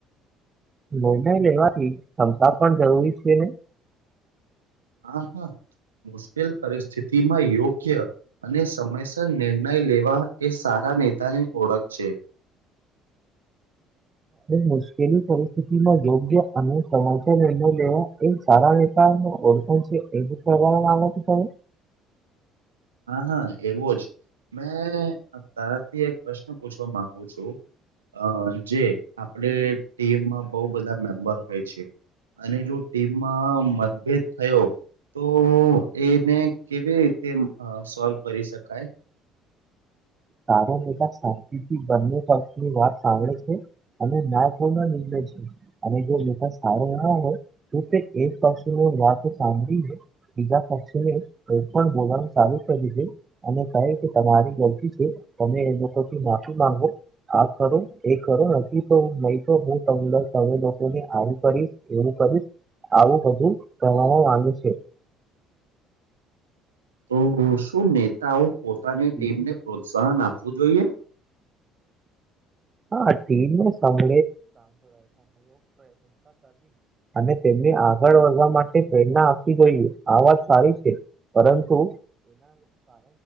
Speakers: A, on the right; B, on the right.
A: નિર્ણય લેવાથી ક્ષમતા પણ જરૂરી છે ને
B: હા હા. મુશ્કેલ પરિસ્થિતિમાં યોગ્ય અને સમયસર નિર્ણય લેવા એ સા રા નેતાની ઓળખ છે. <inaudible>
A: મુશ્કેલી પરિસ્થિતિમાં યોગ્ય અને સમાચર <unintelligible> તો તમે
B: હા હા, એવો જ મેં તારાથી એક પ્રશ્ન પૂછવા માંગુ છું. અ જે આપડે ટીમમાં બહુ બધા મેમ્બર હોય છે. અનેજો ટીમમાં મતભેદ થયો તો એને કેવી રીતે અ સોલ્વ કરી શકાય?
A: તારો નેતા શાંતિથી બંને પક્ષની વાત સાંભળી અ ના ખોલ નિર્ણય છે અને સારો ના હોય તું તે એક પાસે વાત સાંભળી હ બીજા પક્ષને કોઈ પણ બોલાવાનું ચાલુ કર્યું છે, અને કહે કે તમારી ગલતી છે, તમે એ લોકો થી માફી માંગો હા કરો એ ખરો નથી તો મળ તો બ તંદર તમે લોકો ની આવી કરી એવું કરી આવું બધું કરાવવા માંગે છે.
B: તો શું નેતાઓ પોતાની
A: તેના
B: ટીમને પ્રોત્સાહન આપવું જોઈએ?
A: હા ટીમને સામ અને તેમને આગળ વધવા માટે પ્રેરણા આપવી જોઈએ આ વાત સારી છે. પરંતુ